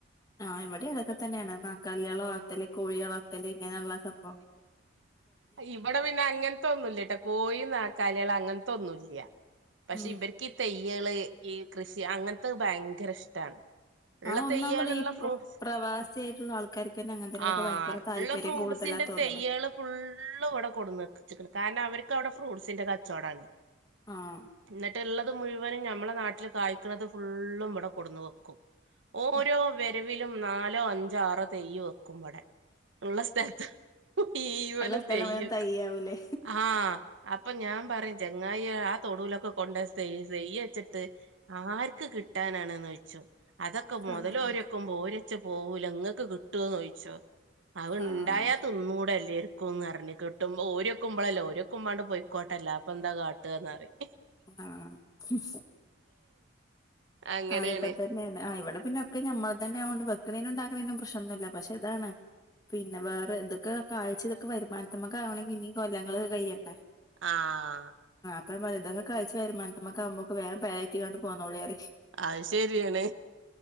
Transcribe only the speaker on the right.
ഇബടെ പിന്നെ അങ്ങൻത്തൊന്നുല്ല്യട്ടോ കോഴിം, ന്നാകാലിയള് അങ്ങൻത്തൊന്നുല്ല്യ പക്ഷെ
ഇവർക്ക് ഈ തയ്യാള് ഈ കൃഷി അങ്ങൻത്തെ ഭയങ്കര ഇഷ്ട്ടാണ്. ഇള്ള
തെയ്യേൾ
ഇള്ള
ഫ്രൂട്ട്സ്
ഫ്രൂ ഉം
ആ
ഇള്ള ഫ്രൂട്ട്സിന്റെ
തെയ്യേള് ഫുള്ള് ഇവിടെ കൊടുന്ന് വച്ച്ക് ണ് കാരണം അവർ ക്കവ്ടെ ഫ്രൂട്ടസിന്റെ കച്ചോടാണ്.
എന്നിട്ട് ഇള്ളത് മുഴുവനും ഞമ്മളെ നാട്ടിൽ കായ് ക്ക്ണത് ഫുള്ളും ഇവടെ കൊടുന്ന് വെക്കും. ഓരോ
വെരവി ലും നാലോ അഞ്ചോ ആറോ തെയ്യ് വെ ക്കും ബടെ ഉള്ള സ്ഥലത്ത് മുഴ് വനും
തെയ്യക്
ആഹ് അപ്പം ഞാൻ പറയും ചങ്ങായേ ആ തൊടടലൊക്കെ കൊണ്ടെയ് തെയ്യ് വെച്ചിട്ട് ആർക്ക് കിട്ടാനാണ് ന്ന് യിച്ചും. അതൊക്കെ മുതലോര്യേക്കുമ്പം
ഒര്യേച്ച് പോവൂല ഇങ്ങക്ക് കിട്ടോന്ന് ചോയിച്ചും അത് ഇണ്ടായാ
തിന്നൂടെ എല്ലേര്ക്കുംന്ന് പറഞ്ഞ് കിട്ട്മ്പൊ ഓര്യേക്കുമ്പളല്ലെ ഓര്യേക്കുമ്പാണ്ട് പോയിക്കോട്ടെ അല്ലാപ്പന്താ കാട്ടാന്നറിം
അങ്ങനെയാണ്
ആഹ്
അത് ശരിയാണ്.